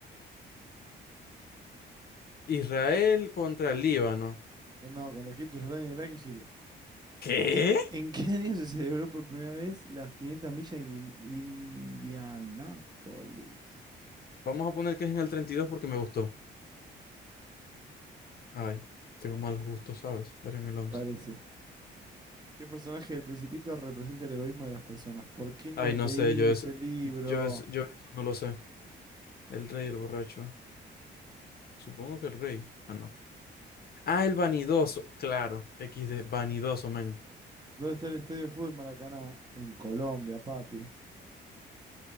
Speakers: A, on the left; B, on the right.
A: Israel contra el Líbano.
B: No, no, contra Egipto, Jordania, Irak y Siria.
A: ¿Qué?
B: ¿En qué, en qué <laughs> año se celebró por primera vez las 500 millas de Indi- Indianápolis?
A: Vamos a poner que es en el 32 porque me gustó. Ay, tengo malos gustos, ¿sabes? Era en el 11.
B: Parece. ¿Qué personaje del Principito representa el egoísmo de las personas? ¿Por qué no
A: Ay,
B: leí
A: no sé, yo
B: ese
A: es,
B: libro?
A: yo es, yo eso no lo sé. El rey, el borracho. Supongo que el rey. Ah, no. Ah, el vanidoso. Claro, equis de vanidoso, men.
B: ¿Dónde está el estadio de fútbol Maracaná? En Colombia, papi.